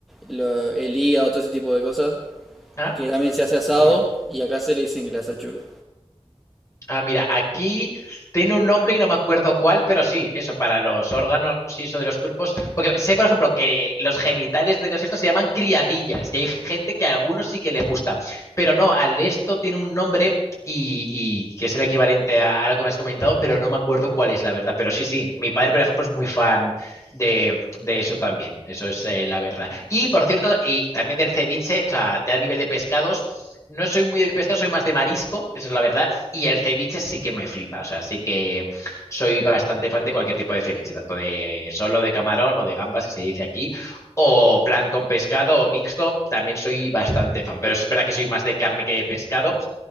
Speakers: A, in the centre; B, on the left.
A: lo- el hígado, todo ese tipo de cosas,
B: Ah,
A: que también se hace asado
B: mira.
A: y acá se le dicen las achuras.
B: Ah, mira, aquí tiene un nombre y no me acuerdo cuál, pero sí, eso, para los órganos y eso de los cuerpos. Porque sé, por ejemplo, que los genitales de los estos se llaman criadillas y hay gente que a algunos sí que le gusta, pero no, al esto tiene un nombre y, y que es el equivalente a, a lo que me has comentado, pero no me acuerdo cuál es la verdad. Pero sí, sí, mi padre, por ejemplo, es muy fan de, de eso también, eso es eh, la verdad. Y por cierto, y también del ceviche, o sea, ya a nivel de pescados. No soy muy de pescado, soy más de marisco, esa es la verdad. Y el ceviche sí que me flipa, o sea, sí que soy bastante fan de cualquier tipo de ceviche, tanto de solo de camarón o de gambas, que se dice aquí, o plan con pescado o mixto, también soy bastante fan, pero es verdad que soy más de carne que de pescado,